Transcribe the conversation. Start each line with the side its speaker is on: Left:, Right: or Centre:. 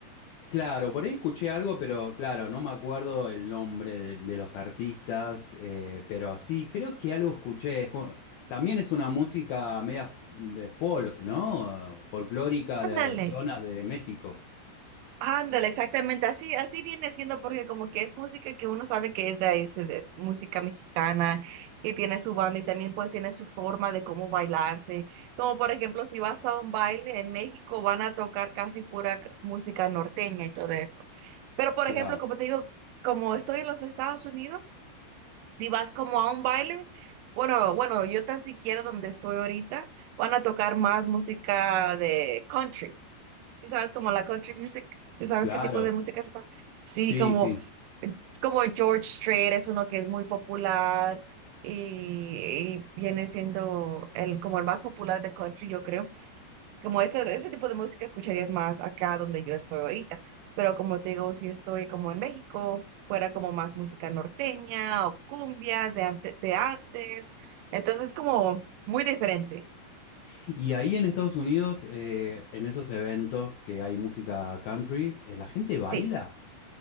Left: Claro, por ahí escuché algo, pero claro, no me acuerdo el nombre de, de los artistas, eh, pero sí, creo que algo escuché. Es como- También es una música media de folk, ¿no? Eh, Folclórica de
Right: Ándale.
Left: zonas de México.
Right: Ándale, exactamente, así, así viene siendo porque como que es música que uno sabe que es de ahí, se- es música mexicana y tiene su banda y también pues tiene su forma de cómo bailarse. Como por ejemplo, si vas a un baile en México van a tocar casi pura c- música norteña y todo eso. Pero por
Left: Claro.
Right: ejemplo, como te digo, como estoy en los Estados Unidos, si vas como a un baile, bueno, bueno, yo tan siquiera donde estoy ahorita, van a tocar más música de country. Si sabes como la country music, si sabes
Left: Claro,
Right: qué tipo de música es esa. Sí,
Left: sí,
Right: como,
Left: sí.
Right: como George Strait es uno que es muy popular y, y viene siendo el, como el más popular de country, yo creo. Como ese, ese tipo de música escucharías más acá donde yo estoy ahorita. Pero como te digo, si estoy como en México, fuera como más música norteña o cumbias de antes, de antes. Entonces como muy diferente.
Left: Y ahí en Estados Unidos, eh, en esos eventos que hay música country, eh, ¿la gente baila?
Right: Sí.